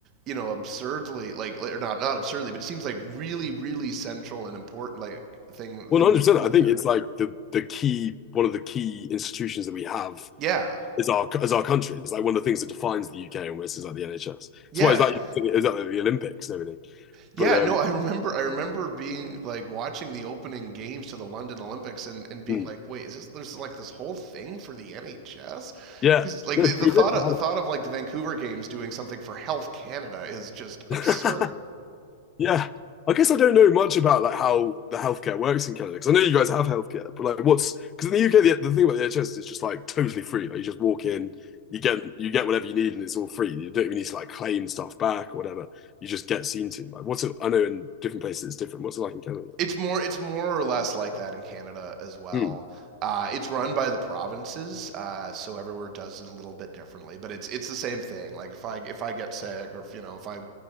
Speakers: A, on the right; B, on the left.
A: you know absurdly like like- or not not absurdly but it seems like really really central and important like thing
B: Well,
A: thing
B: 100.
A: that you've
B: percent
A: got
B: I think
A: there.
B: it's like the the key one of the key institutions that we have
A: Yeah.
B: is our as our country. It's like one of the things that defines the UK almost is like the NHS. That's
A: Yeah.
B: why it's like it's like the Olympics and everything.
A: Yeah,
B: But um,
A: no, I remember I remember being like watching the opening games to the London Olympics and and being
B: hmm,
A: like, "Wait, is this there's like this whole thing for the NHS?"
B: yeah,
A: Cuz like
B: no,
A: the, the
B: we
A: thought
B: really
A: of,
B: can.
A: the thought of like the Vancouver games doing something for Health Canada is just absurd.
B: <laughs> yeah. I guess I don't know much about like how the healthcare works in Canada because I know you guys have healthcare, but like what's because in the UK the, the thing about the NHS is it's just like totally free. Like you just walk in, you get you get whatever you need, and it's all free. You don't even need to like claim stuff back or whatever. You just get seen to. Like what's it? I know in different places it's different. What's it like in Canada?
A: It's more it's more or less like that in Canada as well.
B: Hmm.
A: Uh, it's run by the provinces, uh, so everywhere does it a little bit differently, but it's it's the same thing. Like if I if I get sick or if you know if I